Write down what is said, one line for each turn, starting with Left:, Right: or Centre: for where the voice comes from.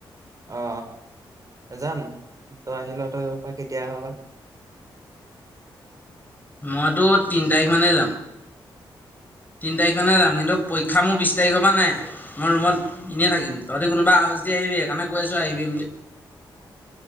Right: অ অ যাম তই আহিল ত পৰা কেতিয়া আহ বা?
Left: মইতো তিনি তাৰিখ মানেই যাম। তিনি তাৰিখমানে যাম। কিন্তু পৰীক্ষা মোৰ বিশ তাৰিখৰ পৰা নাই, মই ৰুমত এনেই থাকিম, তহঁতি কোনোবা আহা যদি আহিবি সেইকাৰণে কৈ আছোঁ আহিবি বুলি।